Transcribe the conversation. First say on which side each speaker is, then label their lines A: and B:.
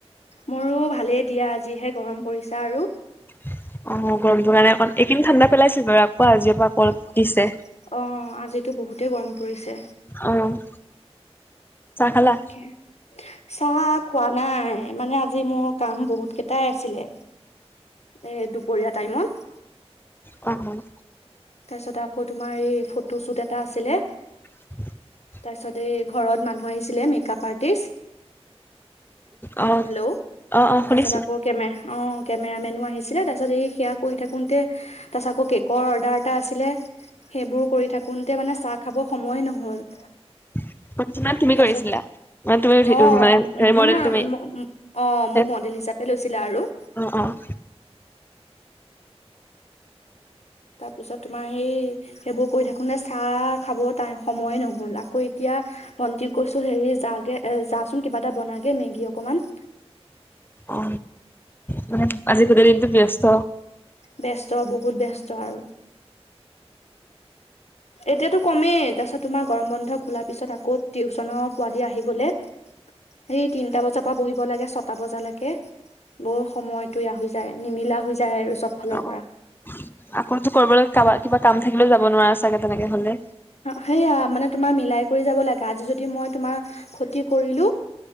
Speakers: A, on the left (about 80°); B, on the left (about 20°).
A: মোৰো ভালেই দিয়া আজিহে গৰম পৰিছা আৰু
B: অ', গৰমটোৰ কাৰণে অকণ এইকেদিন ঠাণ্ডা পেলাইছিল বাৰু আকৌ আজিৰ পৰা আকৌ
A: অ',
B: দিছে।
A: আজিতো বহুতেই গৰম পৰিছে
B: অ', চাহ খালা
A: তাকে চাহ খোৱা নাই মানে আজি মোৰ কাম বহুত কেইটাই আছিলে এ দুপৰীয়া টাইমত
B: অ', অ',
A: তাৰপিছত আকৌ তোমাৰ এই ফটো শ্বুট এটা আছিলে।
B: <inaudible>
A: তাৰপিছত এই ঘৰত মানুহ আহিছিলে মেকআপ আৰ্টিষ্ট।
B: অ', অ',
A: হেল্ল'
B: অ', অ', শুনিছো
A: তাৰপিছত আকৌ কেমে অ', কেমেৰা মেনো আহিছিলে তাৰপাছত এই সেৱা কৰি থাকোতে তাৰপিছত আকৌ কেকৰ অৰ্ডাৰ এটা আছিলে সেইবোৰ কৰি থাকোতে মানে চাহ খাব সময়ে নহ'ল।
B: <inaudible> তুমি
A: তাৰপিছত
B: কৰিছিলা? মানে তুমি উঠি
A: অ',
B: মানে
A: নহ
B: হেৰি মডেল
A: না
B: তুমি
A: অ', মোক
B: অ',
A: মডেল হিচাপে লৈছিলে আৰু
B: অ', অ',
A: তাৰপিছত তোমাৰ সেই সেইবোৰ কৰি থাকো নে চাহ খাব ই সময়ে নহল আকৌ এতিয়া ভণ্টি কৈছো হেৰি যাগে এ যাচোন কিবা এটা বনাগে মেগী অকমান
B: অ', মানে আজি গোটেই দিনটো ব্যস্ত।
A: ব্যস্ত বহুত ব্যস্ত আৰু এতিয়াতো কমেই তাৰপিছত তোমাৰ গৰম বন্ধ খোলা পিছত আকৌ টিউচনৰ পোৱালি আহি গ'লে। সেই তিনটা বজাৰ পৰা বহিব লাগে ছটা বজালৈকে। বহুত সময়তোয়া হৈ যায় নিমিলা হৈ যায় আৰু চব ফালৰ
B: অ',
A: পৰা
B: আকৌতো কৰিবলৈ কাৰ কিবা কাম থাকিলেও যাব নোৱাৰা চাগে তেনেকে হ'লে
A: সেয়াই মানে তোমাৰ মিলাই কৰি যাব লাগে আজি যদি মই তোমাৰ ক্ষতি কৰিলো